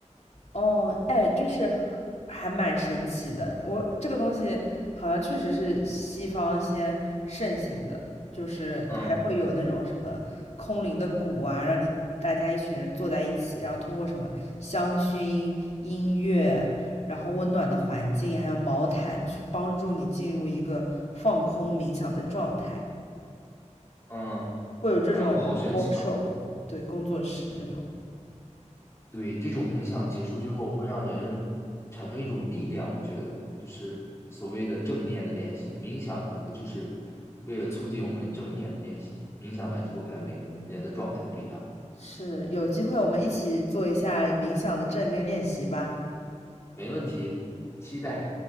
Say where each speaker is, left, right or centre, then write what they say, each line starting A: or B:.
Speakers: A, on the left; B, on the left.
A: 哦，哎，就是还蛮神奇的。我这个东西好像确实是西方先盛行的，就是还会有那种什么空灵的鼓啊，
B: 嗯
A: 让你大家一群人坐在一起，然后通过什么香薰、音乐，然后温暖的环境，还有毛毯去帮助你进入一个放空冥想的状态，
B: 嗯，
A: 会有这种
B: 哎呦，好神奇啊！
A: workshop，对，工作室这种。
B: 对，这种冥想结束之后，会让人产生一种力量。我觉得，就是所谓的正念的练习，冥想可能就是为了促进我们正念的练习。冥想完之后，感觉每个人人的状态就不一样了。
A: 是，有机会我们一起做一下冥想的正念练习吧。
B: 没问题，期待。